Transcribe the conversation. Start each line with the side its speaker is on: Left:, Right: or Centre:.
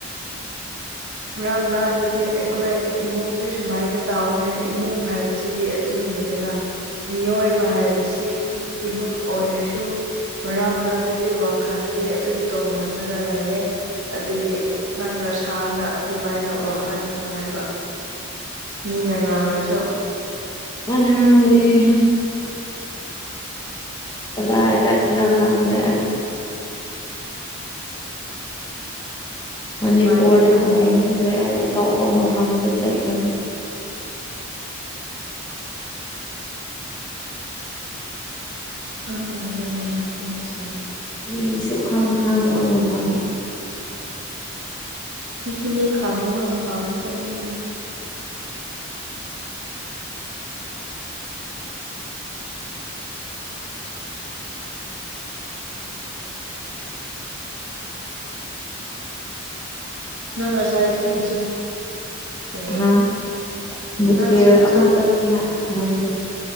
Left: <inaudible>
Right: ꯃꯔꯥꯡ ꯃꯔꯥꯗꯗꯤ ꯑꯩꯈꯣꯏ ꯏꯃꯨꯡꯅ ꯁꯨꯃꯥꯏꯅ ꯇꯥꯎꯋꯤ ꯍꯥꯏ ꯏꯃꯨꯡ ꯍꯥꯏꯕꯁꯤꯗꯤ ꯑꯗꯨ ꯅꯤꯗꯅ ꯃꯤꯑꯣꯏꯕ ꯍꯥꯏꯕꯁꯤ ꯏꯃꯨꯡ ꯑꯣꯏꯔꯁꯨ ꯃꯔꯥꯡ ꯃꯔꯇꯗꯤ ꯋꯥꯈꯟꯗꯦ ꯑꯗꯨꯝ ꯇꯣꯡꯉꯥꯟꯜꯂꯒ ꯂꯩꯌꯦ ꯑꯗꯨꯒꯤ ꯅꯪꯅ ꯁꯥꯅ ꯑꯗꯨꯃꯥꯏꯅ ꯋꯥꯍꯟꯒꯅꯣ ꯍꯥꯏ ꯃꯤꯅ ꯉꯥꯡꯔꯁꯨ
Left: <unintelligible> ꯀꯗꯥꯏꯗ ꯆꯠꯁꯤꯔ ꯈꯪꯗ꯭ꯔꯦ ꯑꯩ ꯃꯅꯤꯄꯨꯔꯗꯁꯨ
Right: ꯁꯨꯃꯥꯏꯅ ꯈꯟꯒꯅꯨ
Left: ꯂꯩꯅꯤꯡꯗꯔꯦ ꯑꯩ ꯑꯇ‌ꯣꯞ ꯇ‌ꯣꯞꯄ ꯃꯐꯝꯗ ꯆꯠꯈ꯭ꯔꯅꯤ
Right: <unintelligible>
Left: ꯃꯤꯅ ꯁꯨꯈꯪ ꯈꯪꯗꯕ ꯃꯐꯝꯗ
Right: ꯑꯩꯁꯨ ꯃꯤ ꯈꯪꯗꯕ ꯃꯐꯝꯗ ꯆꯠꯅꯤꯡꯉ‌ꯦ ꯅꯪ ꯉꯁꯥꯏ ꯏꯁꯀꯔꯤꯟꯆꯣ ꯀꯔꯤ
Left: ꯍꯥ ꯕꯨꯛ
Right: ꯅꯪ
Left: ꯐꯤꯌꯔ
Right: ꯏꯁꯀꯔꯤꯟꯁ‌ꯣꯠ
Left: ꯑꯃ ꯆꯠꯁꯦ ꯍꯥꯏ ꯍꯥꯏꯕꯗꯣ